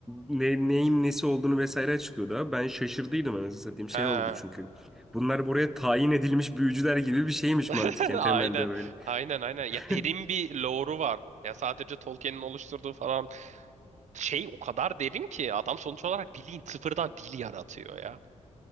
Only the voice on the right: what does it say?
Ha.
<laughs>
Aynen.
Aynen aynen.
Ya derin bir lore'u var. Ya sadece Tolkien'in oluşturduğu falan şey o kadar derin ki adam sonuç olarak bildiğin sıfırdan dil yaratıyor ya.